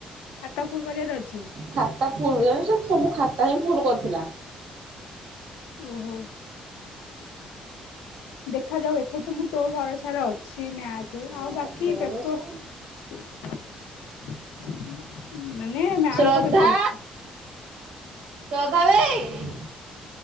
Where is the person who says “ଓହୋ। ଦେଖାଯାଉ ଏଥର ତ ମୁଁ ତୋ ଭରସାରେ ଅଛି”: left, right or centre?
Left